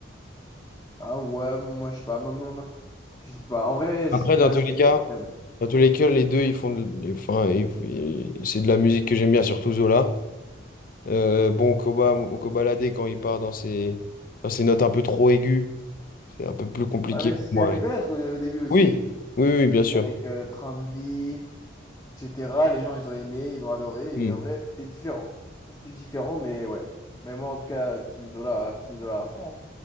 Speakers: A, on the left; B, on the left.
A: Ah ouais, moi je sais pas, moi- moi- moi, je sais pas. En vrai,
B: Après,
A: c'est- là
B: dans tous
A: c'était
B: les cas,
A: quand même.
B: dans tous les cas, les deux, ils font... de- Enfin, ils- ils- c'est de la musique que j'aime bien, surtout Zola. Euh, bon, Koba, Kobalade, quand il part dans ses, dans ses notes un peu trop aiguës, c'est un peu plus compliqué
A: Ouais, mais
B: pour
A: c'est ce qu'il
B: moi.
A: a fait
B: ouais.
A: connaître euh, au, début aussi,
B: Oui, oui, oui, bien sûr.
A: avec euh, Train de vie, etc. Les gens ils ont aimé, ils ont adoré
B: Mm.
A: et en vrai c'était différent. C'était différent, mais ouais. Mais moi en tout cas Team Zola, Team Zola à fond. hein.